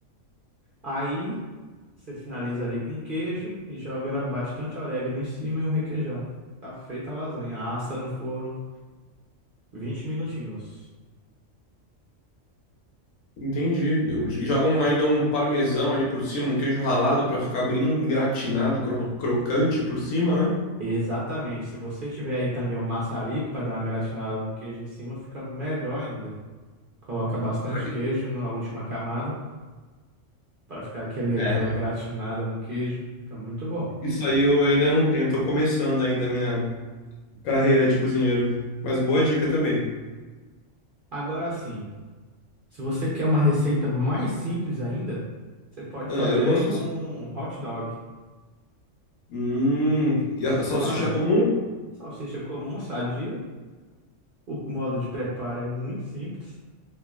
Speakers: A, on the right; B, on the left.
A: Aí você finaliza ali com queijo e joga bastante orégano em cima e um requeijão. Tá feita a lasanha. Assa no forno 20 minutinhos.
B: Entendi. Eu- Jogam ainda um parmesão ali por cima, um queijo ralado pra ficar bem gratinado, cro- crocante por cima, né?
A: Exatamente. Se você tiver aí também um maçarico para dar uma gratinada no queijo em cima, fica melhor ainda. Coloca bastante
B: Será que-
A: queijo na última camada para ficar aquele,
B: É.
A: aquela gratinada no queijo. Fica muito bom.
B: Isso aí eu ainda não tenho, tô começando ainda a minha. Carreira de cozinheiro. Mas boa dica também.
A: Agora sim, se você quer uma receita mais simples ainda, você pode
B: Ah,
A: fazer
B: eu gosto.
A: aí um
B: assim.
A: hot dog,
B: Hum,
A: que
B: e a
A: não
B: salsicha
A: falha.
B: comum,
A: Salsicha comum, sadia. O modo de preparo é muito simples.